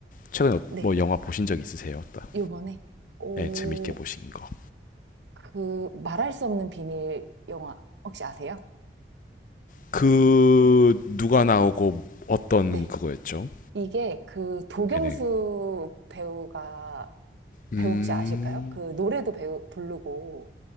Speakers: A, on the left (about 45°); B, on the right (about 80°).
A: 최근에 어-
B: 네,
A: 뭐 영화 보신 적 있으세요? 따-
B: 요번에. 오,
A: 예, 재밌게 보신 거.
B: 그 말할 수 없는 비밀 영화 혹시 아세요?
A: 그 누가 나오고 어떤
B: 네.
A: 그거였죠?
B: 이게 그 도경수
A: 네네.
B: 배우가
A: 음,
B: 배우 혹시 아실까요? 그 노래도 배우 부르고